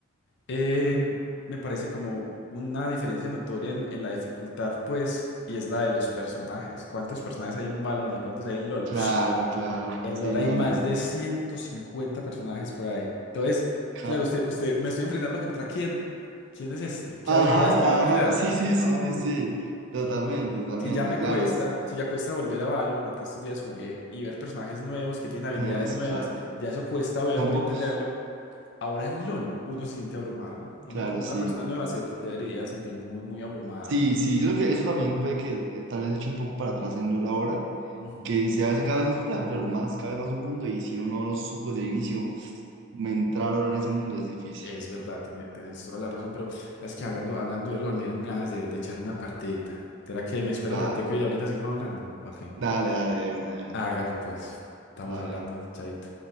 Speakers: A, on the left; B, on the right.
A: em, me parece como una diferencia notoria en, en la dificultad, pues, y es la de los personajes. ¿Cuántos personajes hay en Valorant y cuántos hay en LOL?
B: Claro, claro.
A: En
B: Sí,
A: LOL hay
B: no,
A: más
B: no.
A: de 150 personajes por ahí. Entonces,
B: ca-
A: claro, usted, usted, ¿me estoy enfrentando contra quién? ¿Quién es este? ¿Qué
B: Ajá,
A: habilidades me va a tirar?
B: ajá, <laughs> sí, sí, sí,
A: No.
B: sí, sí. Totalmente, totalmente,
A: Si ya me
B: claro.
A: cuesta,
B: Es,
A: si ya cuesta volver a Valorant, el que estos días jugué, y ver personajes nuevos que tienen habilidades
B: no, es
A: nuevas,
B: claro.
A: ya eso cuesta verlo
B: Y son pocos,
A: y entenderlo. Ahora en LOL uno se siente abrumado. Uno
B: claro,
A: como
B: sí.
A: una persona nueva se debería sentir muy, muy abrumado.
B: Sí, sí, yo creo que eso también puede que eh, tal vez eche un poco para atrás en no la hora,
A: Ujú.
B: que se hace cada vez más complejo, claro, más, cada vez más un mundo, y si uno no lo supo desde el inicio, entrar ahora en ese mundo es difícil.
A: Es verdad, tiene- tienes toda la razón, pero sabes que
B: Sí.
A: hablando, hablando de LOL me dieron ganas de, de echarme una partidita. ¿Será que me espera
B: Da-
A: un ratico y ahorita seguimos hablando? Ok.
B: dale, dale, de una, de una,
A: Hágale pues, estamos
B: dale.
A: hablando, chaito.